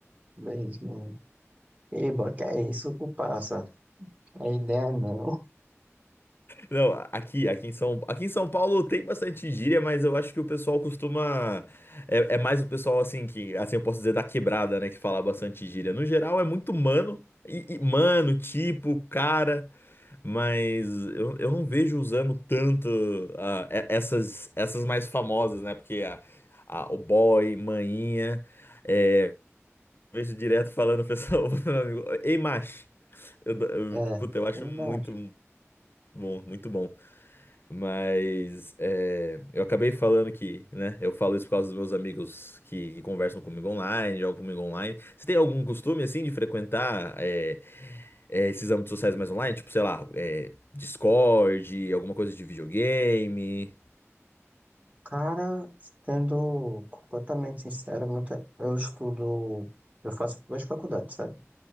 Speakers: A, on the right; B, on the left.
A: bem isso, mano. Eba, que é isso, passa. A ideia é não.
B: Não, aqui, aqui em São, aqui em São Paulo tem bastante gíria, mas eu acho que o pessoal costuma. É, é mais o pessoal assim que, assim eu posso dizer da quebrada, né, que fala bastante gíria. No geral é muito mano, e, e- mano, tipo, cara, mas eu, eu não vejo usando tanto ah, e- essas essas mais famosas, né? Porque a, a- o boy, maninha, é, eu vejo direto falando pessoal, <laughs> meu amigo, ei, macho. Eu, eu-
A: É,
B: puta, eu acho
A: eu
B: muito
A: não acho.
B: bom, muito bom. Mas é, eu acabei falando que, né? Eu falo isso por causa dos meus amigos que, que conversam comigo online, jogam comigo online. Você tem algum costume, assim, de frequentar é, é, esses âmbitos sociais mais online? Tipo, sei lá, é, Discord, alguma coisa de videogame?
A: Cara, sendo completamente sincero, muita- eu estudo, eu faço duas faculdades, sabe?